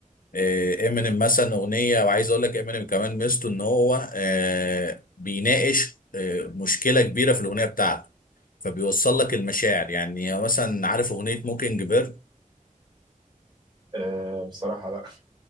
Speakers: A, on the left (about 80°); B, on the right (about 30°).
A: إيه، امينيم مثلا اغنيه وعايز اقول لك امينيم كمان ميزته ان هو آه، بيناقش آه، مشكله كبيره في الاغنيه بتاعته فبيوصل لك المشاعر يعني مثلا عارف اغنيه موكينج بيرد
B: آه بصراحة لأ